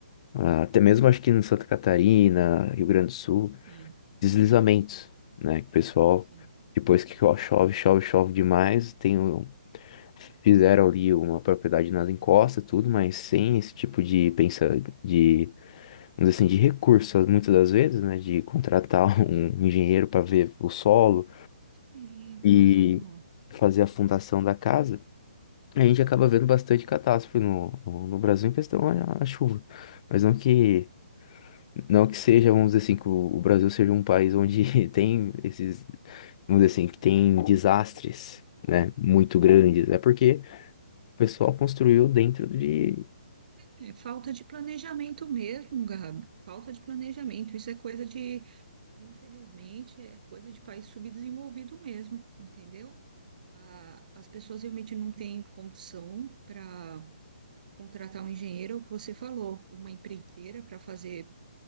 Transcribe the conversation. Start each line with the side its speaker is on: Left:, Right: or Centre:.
Left: ah, até mesmo acho que em Santa Catarina, Rio Grande do Sul,
Right: sim,
Left: deslizamentos, né? Que o pessoal,
Right: sim.
Left: depois que cho- chove, chove, chove demais, tem um- fizeram ali uma propriedade nas encostas, tudo, mas sem esse tipo de pensa de, vamos dizer assim, de recursos, muitas das vezes, né? De contratar <laughs> um engenheiro para ver o solo
Right: Sim, claro.
Left: e fazer a fundação da casa. A gente acaba vendo bastante catástrofe no, no, no Brasil em questão à, à chuva. Mas não que, não que seja, vamos dizer assim, que o, o Brasil seja um país onde <laughs> tem esses, vamos dizer assim, que tem desastres, né, muito grandes. É porque o pessoal construiu dentro de...
Right: É falta de planejamento mesmo, Gabi. Falta de planejamento. Isso é coisa de, infelizmente, é coisa de país subdesenvolvido mesmo, entendeu? A- as pessoas realmente não têm condição para contratar um engenheiro, é o que você falou, uma empreiteira para fazer